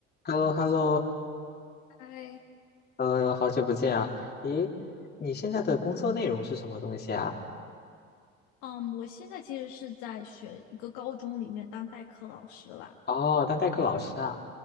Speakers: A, on the left; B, on the left.
A: h e l l o h e l l o
B: 哎，
A: 呃，好久不见啊！咦，你现在的工作内容是什么东西啊？
B: 嗯，我现在其实是在学一个高中里面当代课老师啦。
A: 哦，当代课老师啊，